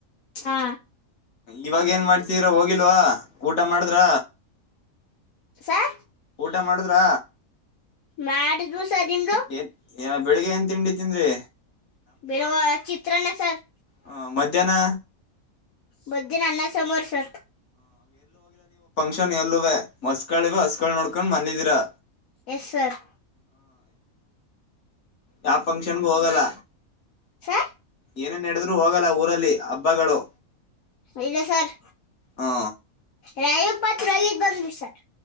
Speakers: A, on the left; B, on the left.
A: ಹಾ
B: ಇವಾಗ್ ಏನ್ ಮಾಡ್ತಿದಿರಾ ಹೋಗಿಲ್ವಾ ಊಟ ಮಾಡುದ್ರ.
A: ಸರ್
B: ಊಟ ಮಾಡುದ್ರ.
A: ಮಾಡಿದ್ವು ಸರ್ ನಿಮ್ದು.
B: ಏನ್ ಬೆಳಿಗ್ಗೆ ಏನ್ ತಿಂಡಿತಿನ್ದ್ರಿ.
A: ಬೆಳಗ್ಗ ಚಿತ್ರನ್ನ. ಚರ್
B: ಹ ಮಧ್ಯಾಹ್ನ.
A: ಮಧ್ಯಾಹ್ನ ಅನ್ನ ಸಾಂಬಾರ ಸರ್.
B: ಕ್ಷನ್ ಯಲ್ಲುವೆ. ಮಸ್ಕಳಿವ್ ಹಸ್ಗುಳ್ ನೋಡ್ಕ ಕೊಂಡ್ ಬಂದಿದಿರಾ.
A: Yes sir.
B: ಯಾವ್ ಫಂಕ್ಷನ್ಗು ಹೋಗಲ್ಲ.
A: ಸರ್
B: ಏನೆ ನೆಡುದ್ರು ಹೋಗಲ್ಲ ಊರಲ್ಲಿ ಹಬ್ಬಗಳು.
A: ಇಲ್ಲ ಸರ್
B: ಹಾ
A: ರಾಯುಗ್ ಪತ್ರ ರೋಯಿದ್ ಬಂದ್ವಿ ಸರ್.